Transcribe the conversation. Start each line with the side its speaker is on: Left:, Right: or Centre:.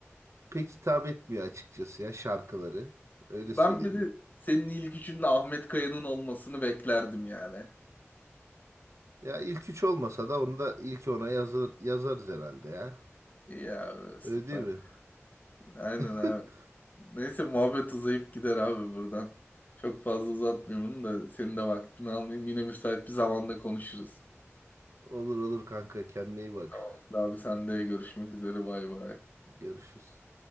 Right: pek hitap etmiyor açıkçası ya şarkıları. Öyle
Left: Ben
Right: söyleyeyim.
Left: bir de senin ilk üçünde Ahmet Kaya'nın olmasını beklerdim yani.
Right: Ya ilk üç olmasa da onu da ilk ona yazır, yazarız herhalde ya.
Left: İyi abi süper.
Right: Öyle değil mi?
Left: Aynen
Right: <laughs>
Left: abi. Neyse muhabbet uzayıp gider abi buradan. Çok fazla uzatmayalım da senin de vaktini almayayım. Yine müsait bir zamanda konuşuruz.
Right: Olur olur kanka kendine iyi bak.
Left: Tamam. Abi sen de görüşmek üzere bay bay.
Right: Görüşürüz.